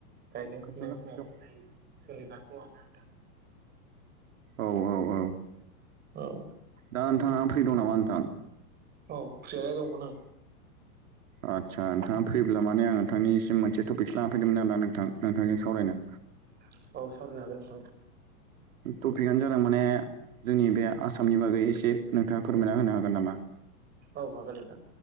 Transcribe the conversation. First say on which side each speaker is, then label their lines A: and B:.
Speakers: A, on the right (about 20°); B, on the right (about 60°).
A: गायनाय
B: खाथियावना
A: फुनायफोराबो
B: खाथियाव
A: दायो सोलिगासिनो दं आरोना नोंथां
B: औ औ औ
A: औ
B: दा नोंथांङा फ्रि दं नामा नोंथां
A: औ फ्रियालाय दंमोन आं
B: आदसा नोंथांङा फैब्ला माने आं नोंथांनिसिम मोनसेटपिकस लानानैफैदोंमोन आरोदा नोंथां नोंथांजों सावरायनो
A: औ सावरायनो हागोन नोंथां
B: टपिकआनो जादों माने जोंनि बे आसामनि बागै एसे नोंथांङा फोरमायना होनो हागोन नामा
A: औ हागोन नोंथां